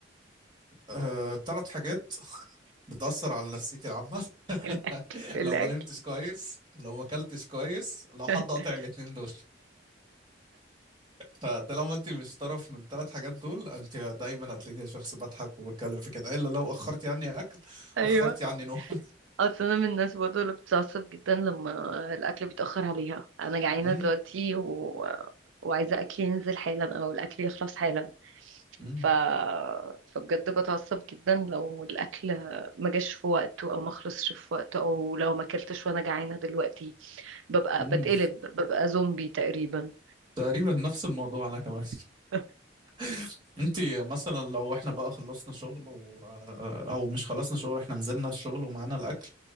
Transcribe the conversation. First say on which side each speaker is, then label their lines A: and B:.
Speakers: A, on the right; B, on the right.
A: آه ثلاث حاجات بتأثر على نفسيتي العامة
B: الاكل
A: <laughs>
B: الاكل
A: لو ما نمتش كويس لو ما اكلتش كويس لو
B: <laughs>
A: حد قاطع الاتنين دول فطالما انت مش طرف من ثلاث حاجات دول انت دايما هتلاقيني شخص بضحك وبتكلم في كده الا لو اخرتي عني اكل
B: ايوه
A: اخرتي عني نوم <laughs>
B: اصل انا من الناس برضه اللي بتتعصب جدا لما الاكل بيتاخر عليها انا جعانه
A: مم،
B: دلوقتي و... وعايزه اكلي ينزل حالا او الاكل يخلص حالا
A: مم،
B: ف... فبجد بتعصب جدا لو الاكل ما جاش في وقته او ما خلصش في وقته او لو ما اكلتش وانا جعانه دلوقتي ببقى
A: مم.
B: بتقلب ببقى زومبي تقريبا
A: تقريبا نفس الموضوع انا كمان
B: <laughs>
A: <laughs> انت مثلا لو احنا بقى خلصنا شغل و... آه، او مش خلصنا شغل احنا نزلنا الشغل ومعانا الاكل